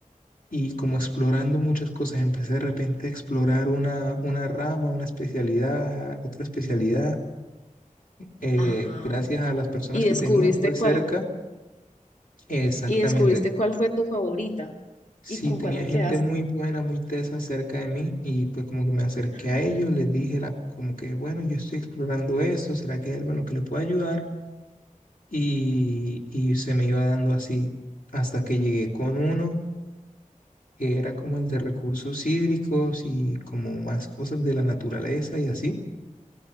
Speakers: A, on the left; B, on the left.
A: y como explorando muchas cosas. Empecé de repente a explorar una, una rama, una especialidad, otra especialidad, eh,
B: Ajá.
A: gracias a las personas
B: Y
A: que
B: descubriste
A: tenía pues
B: cuál,
A: cerca. Exactamente.
B: y descubriste cuál fue tu favorita
A: Sí,
B: y con
A: tenía
B: cuál te
A: gente
B: quedaste.
A: muy buena, muy tesa cerca de mí y pues como que me acerqué
B: Ajá.
A: a ellos, les dije la, como que, bueno, yo estoy explorando esto, ¿será que hay algo en lo que le pueda ayudar? Y, y se me iba dando así hasta que llegué con uno que era como el de recursos hídricos y como más cosas de la naturaleza y así,